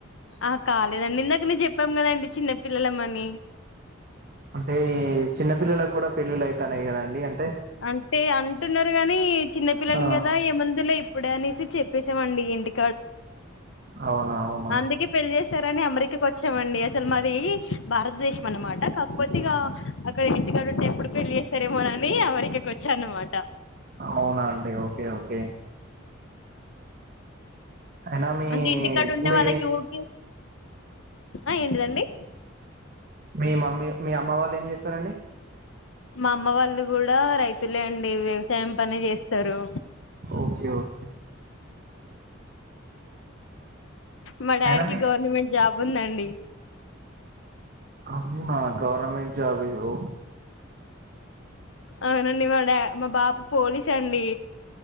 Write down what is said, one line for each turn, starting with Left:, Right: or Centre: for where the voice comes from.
Left: ఆ కాలేదండి ఇందాక నే చెప్పాం కదండి చిన్నపిల్లలమ్మని
Right: అంటే చిన్న పిల్లలకి కూడా పెళ్ళిళ్ళ అయితన్నయ్ కదండి అ
Left: అంటే అంటున్నారు కాని చిన్న పిల్లలు
Right: ఆ
Left: కదా ఏ మందులే ఇప్పుడే అనేసి చెప్పేసామండి ఇంటి
Right: అవునవును
Left: అందుకే పెళ్ళి చేసారని అమెరికాకి వచ్చామండి అసలు మది భారతదేశం అన్నమాట కాకపోతే ఇగ అక్కడ ఇంటికాడ ఉంటే ఎప్పుడు పెళ్లి ఏస్తారేమో అని అని అమెరికకు వచ్చా అన్నమాట
Right: అవునా అండి ఓకే ఓకే అయినా మీ
Left: అంటే ఇంటికాడ ఉంటే
Right: మీ
Left: వాళ్ళకి ఊకె ఆ ఏంటిదండి
Right: మీ మమ్మీ మీ అమ్మ వాళ్ళు ఏం చేస్తారండి
Left: మా అమ్మ వాళ్ళు కూడా రైతులే అండి అ వ్యవసాయం పనే చేస్తారు
Right: ఓకే ఓకే
Left: మా డాడీకి
Right: అయినా మీకు
Left: గవర్నమెంట్ జాబ్ ఉందండి
Right: అమ్మ గవర్నమెంట్ జాబ్ ఇ ఓ
Left: అవునండి మా డ మా బాపు పోలీస్ అండి